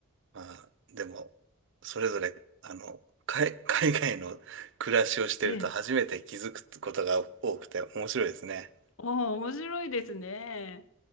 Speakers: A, on the right; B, on the left.
A: まあ、でも、それぞれ、あの、海、海外の暮らしをしてると初めて気づくことが多くて面白いですね。
B: ええ。おお、面白いですね。